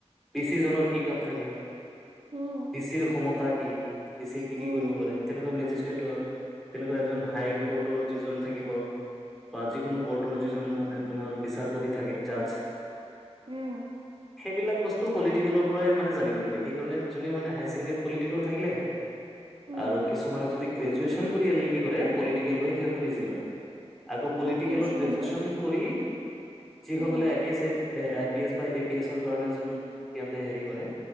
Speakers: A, in the centre; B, on the right.
A: পিচিজনৰ কি কাম থাকে?
B: উম, উম,
A: পিছিৰ সম তা কি, পিছি কি
B: উম,
A: কি কৰিব পাৰে তেনেকুৱা নে ষ্টেটৰ তেনেকুৱা এজন হাইক'ৰ্টৰ যিজন থাকিব বা যি কৰ্টৰ
B: উম,
A: যিজন মানে তোমাৰ বিচাৰপতি থাকে জাজ
B: উম,
A: সেইবিলাক সেইবিলাক বস্তু পলিটিকেলৰ পৰাই মানে জানিব পাৰি, সেইকাৰণ জুনে হায়াৰ ছেকেণ্ডাৰীত পলিটিকেল থাকিলে
B: উম,
A: আৰু কিছু যদি গ্ৰেজুৱেচন কৰি এল এল বি কৰে, পলিটিকেল লৈ সিহঁতৰ ইজি হয়। আকৌ পলিটি প্ৰটিকেলত
B: ইজি
A: গ্ৰেজুৱেশচন
B: হ'ল ন
A: কৰি যিসকলে
B: উম,
A: I P S A A, I P S বা এ পি এছৰ কাৰণে যদি সিহঁতে হেৰি কৰে